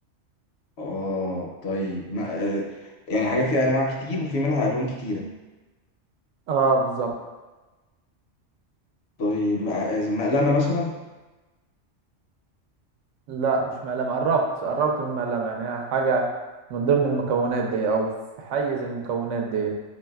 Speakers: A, on the left (about 65°); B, on the right (about 85°).
A: اه طيب ما آه، يعني حاجة فيها أنواع كتير وفي منها ألوان كتيرة
B: اه بالظبط
A: طيب ما- آه، مقلمة مثلا
B: لا مش مقلمة قربت قربت من المقلمة يعني هي حاجة من ضمن المكونات دي أو في حيز المكونات دي